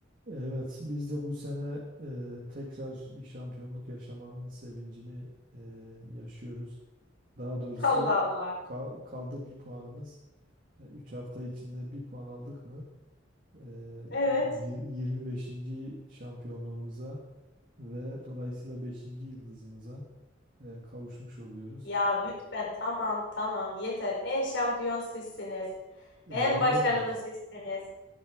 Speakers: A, on the right; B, on the left.
A: Evet, biz de bu sene e, tekrar bir şampiyonluk yaşamanın sevincini e, yaşıyoruz. Daha doğrusu
B: Allah Allah.
A: kal- kaldı bir puanımız. E, 3 hafta içinde bir puan aldık mı e,
B: Evet.
A: yir- 25. şampiyonluğumuza ve dolayısıyla 5. yıldızımıza e, kavuşmuş oluyoruz.
B: Ya lütfen tamam tamam yeter. En şampiyon sizsiniz. En
A: E, öyle
B: başarılı
A: ger-
B: sizsiniz.